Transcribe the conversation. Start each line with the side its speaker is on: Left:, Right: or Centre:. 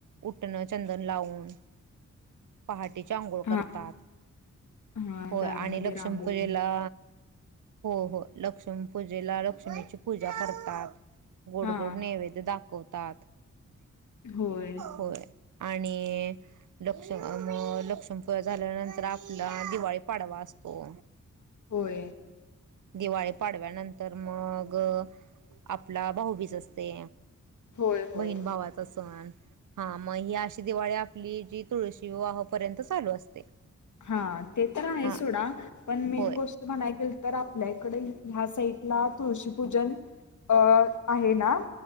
Right: उटणं चंदन लावूंन <unintelligible> पहाटेची आंघोळ
Left: हा
Right: करतांत
Left: हा
Right: होय
Left: दारामध्ये
Right: आणि लक्ष्मीपूजेला
Left: रांगोळी
Right: हो हो लक्ष्मी पूजेलां लक्ष्मीची पूजा करतात गोड
Left: हा
Right: गोड नैवेद्य दाखवतात
Left: होय
Right: होय. आणि लक्ष म लक्ष्मी पूजा झाल्यानंतर आपला दिवाळी पाडवा असतो.
Left: होय.
Right: दिवाळी पाडव्यानंतर मग आपला भाऊबीज असते.
Left: होय. होय
Right: बहीण भावाचा सण हा म ही अशी दिवाळी आपली जी तुळशी विवाहपर्यंत चालू असते.
Left: हा ते तर आहे
Right: हा
Left: सोडा पण मेन
Right: होय
Left: गोष्ट म्हणाय गेल तर आपल्या इकडे ह्या साईटला तुळशीपूजन अ आहे नां